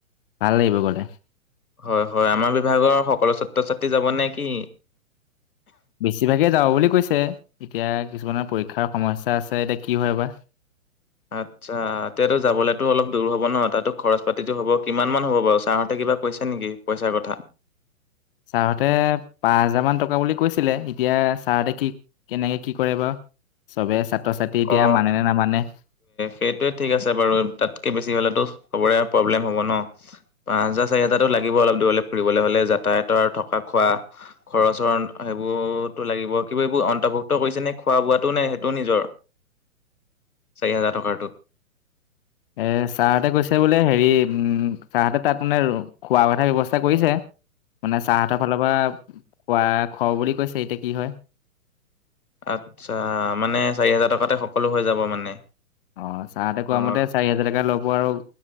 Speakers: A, on the left; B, on the left.
A: ভাল লাগিব গলে
B: হয় হয় আমাৰ বিভাগৰ সকলো ছাত্ৰ ছাত্ৰী যাব নে কি
A: বেছিভাগেই যাব বুলি কৈছে এতিয়া কিছুমানৰ পৰীক্ষাৰ সমস্যা আছে এতিয়া কি হয় বা
B: আচ্ছা এতিয়াতো যাবলেতো অলপ দূৰ হ'ব ন তাতো খৰচ পাতিটো হ'ব কিমান মান হ'ব বাৰু ছাৰহতে কিবা কৈছে নেকি পইচাৰ কথা
A: ছাৰহঁতে পাঁচ হাজাৰ মান টকা বুলি কৈছিলে এতিয়া ছাৰহঁতে কি কেনেকে কি কৰে বা চবে ছাত্ৰ ছাত্ৰী এতিয়া
B: অ
A: মানে নে নামানে
B: সেইটোৱে ঠিক আছে বাৰু তাতকে বেছি হ'লেতো চবৰে প্ৰব্লেম হব ন পাঁচ হাজাৰ চাৰি হাজাৰতো লাগিব অলপ দূৰলে ফুৰিবলে হলে যাতায়তৰ থকা খোৱা খৰচৰ সেইবোৰতো লাগিব কিবা এইবোৰ অন্তৰ্ভুক্ত কৰিছে নে খোৱা বোৱাতো নে সেইটোও নিজৰ চাৰি হাজাৰ টকাৰটো
A: এ ছাৰহতে কৈছে বোলে হেৰি উম ছাৰহতে তাত মানে খোৱা কথাৰ ব্যৱস্থা কৰিছে মানে ছাৰহতৰ ফালৰ পৰা খোৱা খুৱাও বুলি কৈছে এতিয়া কি হয়
B: আচ্ছা মানে চাৰি হাজাৰ টকাতে সকলো হৈ যাব মানে
A: অ চাৰহতে কোৱা
B: অ
A: মতে চাৰি হাজাৰ টকা লব আৰু